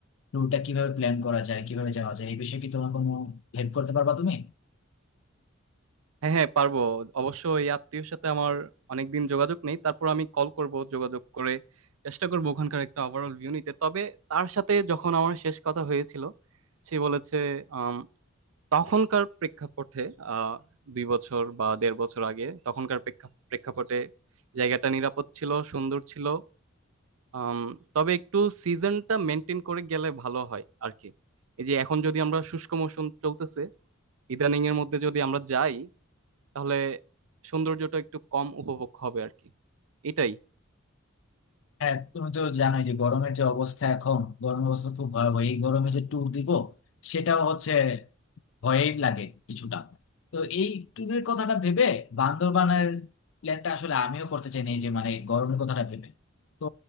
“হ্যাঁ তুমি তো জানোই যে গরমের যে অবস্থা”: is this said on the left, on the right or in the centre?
Left